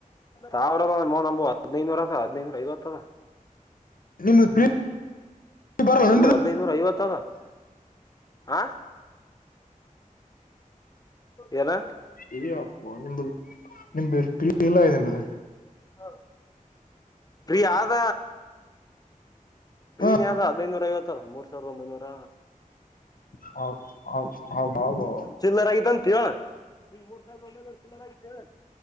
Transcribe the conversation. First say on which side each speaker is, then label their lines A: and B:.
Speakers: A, on the left; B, on the left.
A: ಸಾವ್ರ ಮ ನಂಬು ಹದಿನೈನೂರ ಅದ ಹದಿನೈದುನೂರ ಐವತ್ತದ.
B: ನಿಮ್ದು ಪ್ರೀ ಬರಲ್ಲ
A: ನಂದು
B: ನಿಮ್ದು
A: ಹದ್ನೈನೂರ ಐವತ್ ಅದ. ಹಾ ಏನ
B: ಇ ಅಪ್ಪ ನಿಂದು ನಿಂದು <unintelligible> ಇಲ್ಲ ಇ ನಿದು <unintelligible>
A: ಹಾ ಪ್ರೀ ಆದ ಪ್ರೀನೇ
B: ಹ
A: ಆದ ಹದಿನೈನೂರ ಐವತ್ತ್. ಇ ಮೂರ್ ಸಾವಿರದ ಒಂಬೈನೂರ.
B: ಹೌ ಹೌ ಹೌದೌದು
A: ಚಿಲ್ಲರ ಆಗಿತಂತ ಹೇಳು. ನಿನ್ ಮೂರ್ ಸಾವಿದ ಒಂಬೈನೂರ ಚಿಲ್ಲರೆಯಾಗಿತ.